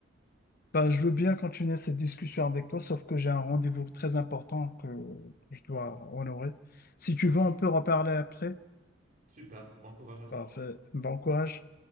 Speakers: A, on the left (about 50°); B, on the right (about 45°).
A: Ben, je veux bien continuer cette discussion avec toi, sauf que j'ai un rendez-vous très important que je dois honorer. Si tu
B: Ok,
A: veux, on peut reparler après.
B: super. Bon courage à toi.
A: Parfait. Bon courage.